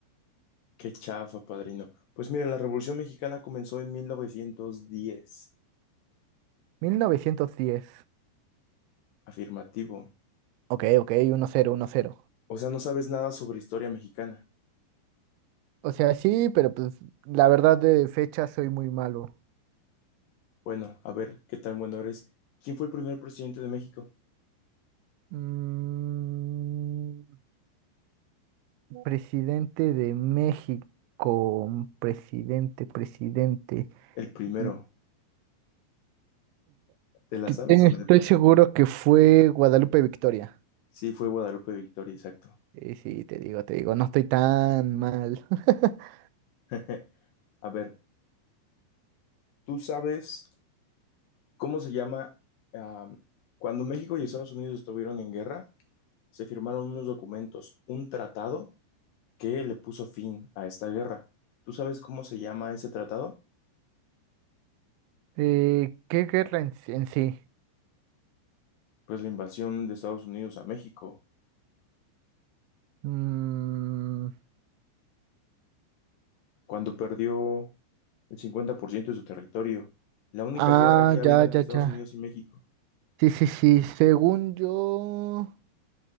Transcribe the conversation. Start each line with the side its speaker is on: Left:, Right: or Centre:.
Left: qué chafa, padrino? Pues mira, la Revolución Mexicana comenzó en 1910.
Right: 1910.
Left: Afirmativo.
Right: Ok, ok, uno cero, uno cero.
Left: O sea, no sabes nada sobre historia mexicana.
Right: O sea, sí, pero pues la verdad de fecha soy muy malo.
Left: Bueno, a ver, ¿qué tan bueno eres? ¿Quién fue el primer presidente de México?
Right: Mm, Presidente de México, un presidente, presidente.
Left: El primero.
Right: Gu-
Left: ¿Te la
Right: que
Left: sabes
Right: tengo-
Left: o
Right: Estoy
Left: no?
Right: seguro que fue Guadalupe Victoria.
Left: Sí, fue Guadalupe Victoria, exacto.
Right: Eh, sí, te digo, te digo, no estoy tan mal. <laughs>
Left: <laughs> A ver, ¿tú sabes cómo se llama? ah, cuando México y Estados Unidos estuvieron en guerra, se firmaron unos documentos, un tratado que le puso fin a esta guerra. ¿Tú sabes cómo se llama ese tratado?
Right: Eh, ¿qué guerra en, sí? en sí?
Left: Pues la invasión de Estados Unidos a México,
Right: Mm,
Left: cuando perdió el 50% de su territorio. La única
Right: ah,
Left: guerra que ha habido
Right: ya,
Left: entre
Right: ya,
Left: Estados
Right: ya.
Left: Unidos y México.
Right: Sí, sí, sí. Según yo,